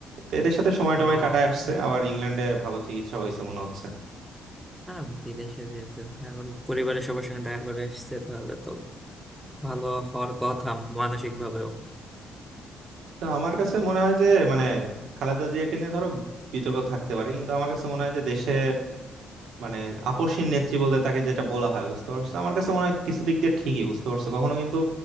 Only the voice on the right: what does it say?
তো এদের সাথে সময় টময়
কাটায় আসছে আবার ইংল্যান্ডে ভালো চিকিৎসা হয়েছে মনে হচ্ছে
তো আমার কাছে মনে হয় যে মানে খালেদা জিয়াকে নিয়ে ধরো বিতর্ক থাকতে পারে কিন্তু আমার কাছে মনে হয় যে দেশে মানে আপোষহীন নেত্রী বলতে তাকে যেটা বলা হয় বুঝতে পারছো আমার কাছে মনে হয় কিছু দিক দিয়ে ঠিকই বুঝতে পারছো কখনো কিন্তু